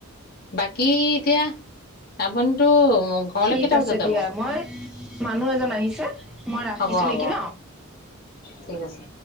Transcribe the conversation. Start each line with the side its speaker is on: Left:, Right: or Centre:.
Left: বাকী এতিয়া আপুনিটো ঘৰলে
Centre: ঠিক
Left: কেইটা
Centre: আছে
Left: বজাত
Centre: দিয়া
Left: যাব
Centre: মই মানুহ এজন আহিছে মই ৰাখিছোঁ
Left: হ'ব হ'ব
Centre: নেকি ন
Left: ঠিক আছে।